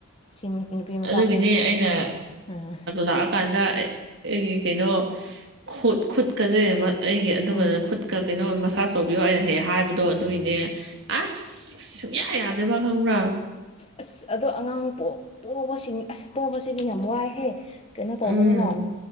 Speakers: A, on the left; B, on the right.
A: ꯁꯤ ꯅꯨꯄꯤ ꯃꯆꯥꯁꯦ
B: ꯑꯗꯨꯒꯤꯅꯦ ꯑꯩꯅ
A: ꯑꯥ
B: ꯂꯥꯛꯑꯀꯥꯟꯗ ꯑꯩꯒꯤ ꯀꯩꯅꯣ ꯈꯨꯠ ꯈꯨꯠꯀꯁꯦ ꯑꯩꯒꯤ ꯑꯗꯨꯒꯟꯗ
A: ꯎꯝ
B: ꯈꯨꯠ ꯀꯩꯅꯣ ꯃꯁꯥꯥꯁ ꯇꯧꯕꯤꯌꯣ ꯑꯩꯅ ꯍꯦꯛ ꯍꯥꯏꯕꯗꯣ ꯑꯗꯨꯏꯅꯦ ꯑꯁ ꯁꯨꯡꯌꯥ ꯌꯥꯗꯕ ꯈꯪꯕ꯭ꯔꯥ
A: ꯑꯁ ꯑꯗꯣ ꯑꯉꯥꯡ ꯄꯣ ꯄꯣꯕꯁꯤꯡ ꯄꯣꯕꯁꯤꯗꯤ ꯌꯥꯝ ꯋꯥꯏꯍꯦ ꯀꯩꯅꯣ ꯇꯧꯕꯅꯤꯅ
B: ꯎꯝ